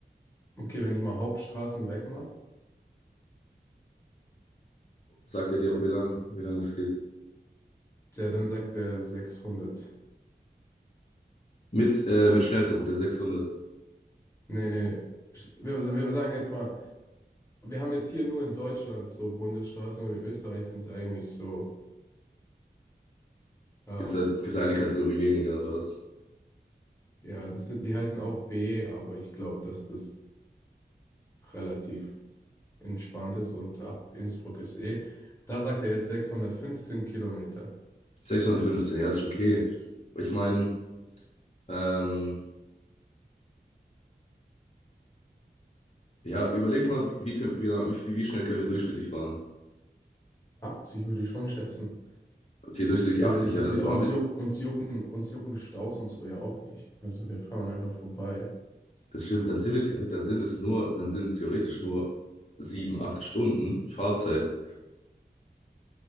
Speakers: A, on the left; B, on the left.
A: Okay, wenn ich mal Hauptstraßen wegmache,
B: sagt er dir auch, wie lang, wie lang es geht.
A: ja, dann sagt der 600.
B: Mit, äh, mit schnellster Route 600.
A: Nee, nee, nee. Sch- Wir, also wir sagen jetzt mal, wir haben jetzt hier nur in Deutschland so Bundesstraßen und in Österreich sind es eigentlich so, ähm,
B: Gibt es halt, gibt's eine Kategorie weniger oder was?
A: ja, das, sind- die heißen auch B, aber ich glaube, dass das relativ entspannt ist und ab Innsbruck ist E. Da sagt er jetzt 615 Kilometer.
B: sechshundertfünfzehn ja, das ist okay. Ich meine, ähm, ja, überleg mal, wie, wie, können- wie, lang- wie, wie wie schnell können wir durchschnittlich fahren?
A: 80 würde ich schon schätzen.
B: Okay, durchschnittlich
A: Wir,
B: achtzig
A: wir sind,
B: ja, dann
A: wir,
B: fahren
A: uns
B: wir,
A: juck, uns jucken, uns jucken Staus und so ja auch nicht. Also wir fahren einfach vorbei.
B: das stimmt, dann sind wir theoretisch, dann sind es nur, dann sind es theoretisch nur sieben acht Stunden Fahrzeit.